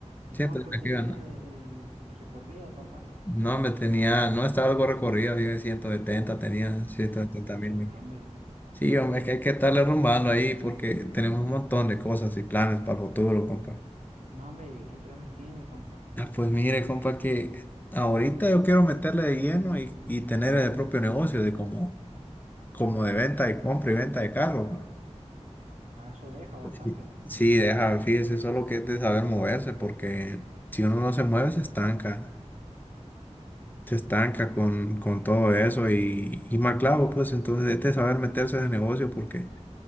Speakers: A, on the right; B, on the left.
A: ¿Y
B: Siempre
A: cuánto
B: te
A: tenía
B: quedan.
A: de, de recorrido, compa?
B: No, me tenía, no estaba algo recorrido, yo en 170, tenía ciento
A: Ah,
B: setenta
A: pucha,
B: mil millas.
A: no, hombre.
B: Sí, hombre, es que hay que estarle rumbando ahí porque tenemos un montón de cosas y planes para el futuro, compa.
A: No, hombre, ¿y ¿qué planes tiene, compa?
B: Ah, pues mire, compa, que ahorita yo quiero meterle de lleno y, y tener el propio negocio de como, como de venta de compra y venta de carro. pa.
A: Ah, eso deja bastante.
B: Sí, Sí, deja, fíjese, solo que es de saber moverse porque si uno no se mueve se estanca. se estanca con, con todo eso y, y mal clavo, pues entonces es de saber meterse en el negocio porque